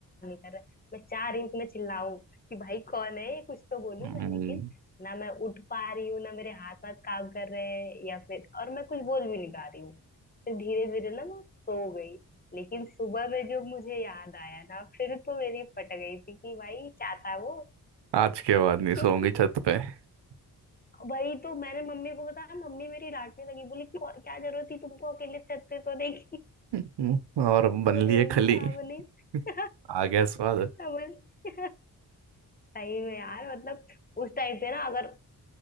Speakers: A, on the left; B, on the right.
A: नहीं कर रहा है। मैं चार इंच में चिल्लाऊं कि भाई कौन है ये कुछ तो बोलूं
B: हम्म,
A: मैं लेकिन ना मैं उठ पा रही हूँ ना मेरे हाथ पाथ काम कर रहे हैं या फिर और मैं कुछ बोल भी नहीं पा रही हूँ फिर धीरे धीरे ना मैं सो गई लेकिन सुबह में जो मुझे याद आया ना फिर तो मेरी फट गई थी कि भाई क्या था वो
B: आज के बाद नहीं
A: क्योंकि
B: सोऊंगी छत पे <laughs>
A: वही तो मैंने मम्मी को बताया मम्मी मेरी डांटने लगी बोली "क्यों- क्या जरूरत थी तुमको अकेले छत पे सोने की <laughs>
B: हम्म, और बन
A: मैं बोली
B: लिए
A: मम्मी
B: खली
A: हाँ बोली <laughs>
B: <laughs> आ गया स्वाद
A: मैं बोली <laughs> सही में यार मतलब उस टाइम पे ना अगर